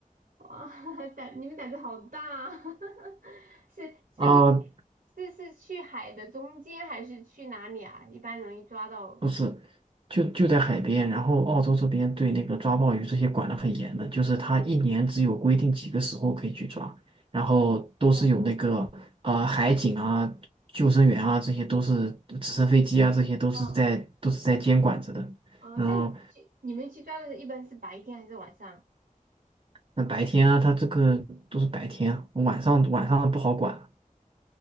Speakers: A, on the right; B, on the right.
A: 哇，<laughs> 胆你们胆子好大啊，<laughs> 是是因
B: 啊、
A: 是是去海的中间还是去哪里啊？一般容易抓到。
B: 不是，就就在海边，然后澳洲这边对那个抓鲍鱼这些管得很严的，就是它一年只有规定几个时候可以去抓，然后都是有那个呃海警啊、
A: 哦
B: 救生员啊，这些都是直升飞机啊，这些都是在都是在监管着的。
A: 哦哦，
B: 嗯，
A: 那你们去你们去抓的时候一般是白天还是晚上？
B: 那白天啊，它这个都是白天啊晚上晚上不好管。